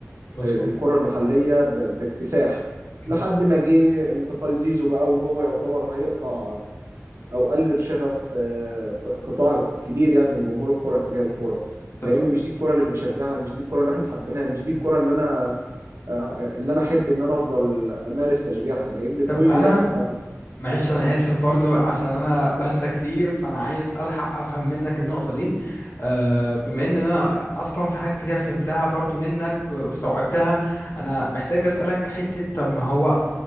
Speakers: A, on the left (about 55°); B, on the right (about 70°).
A: مظبوط
B: آه، الكره المحليه ب- باكتساح
A: مظبوط
B: لحد ما جه انتقال زيزو بقى وهو يعتبر هيقطع او قلل شغف آه، ق- قطاع كبير يعني من جمهور الكوره تجاه
A: مم.
B: الكوره
A: طب
B: لان مش دي الكوره اللي بنشجعها مش دي الكوره اللي احنا حابينها مش دي الكوره اللي انا آه، اللي انا احب ان انا افضل امارس تشجيعها لان كل
A: طب انا
B: لاعب
A: معلش انا اسف برضو عشان انا بنسى كتير فانا عايز الحق افهم منك النقطة دي آه، بما ان انا اصلا في حاجات كتير فهمتها برضو منك واستوعبتها انا محتاج اسألك حتة طب ما هو